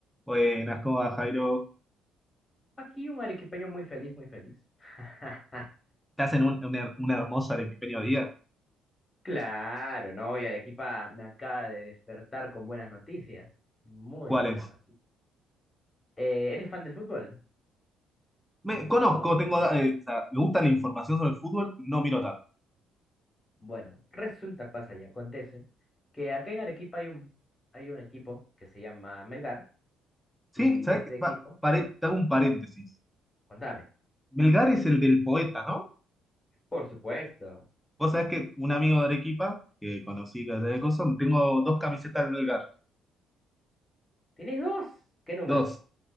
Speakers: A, in the centre; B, on the left.
A: Buenas, ¿cómo va, Jairo?
B: Aquí un arequipeño muy feliz, muy feliz. <laughs>
A: ¿Estás en un, un her- un hermoso arequipeño día?
B: Claro, no, y Arequipa me acaba de despertar con buenas noticias. Muy
A: ¿Cuál
B: buenas
A: es?
B: noticias. Eh, ¿eres fan del fútbol?
A: Me conozco, tengo, eh, o sea, me gusta la información sobre el fútbol, no miro tanto.
B: Bueno, resulta, pasa y acontece que acá en Arequipa hay un, hay un equipo que se llama Melgar
A: Sí,
B: y
A: ¿sabes
B: este
A: qué? Pa-
B: equipo,
A: pare- te hago un paréntesis.
B: contame.
A: Melgar es el del poeta, ¿no?
B: Por supuesto.
A: Vos sabés que un amigo de Arequipa, que conocí que era de cosas, tengo dos camisetas del Melgar.
B: ¿Tienes dos? ¿Qué números?
A: Dos.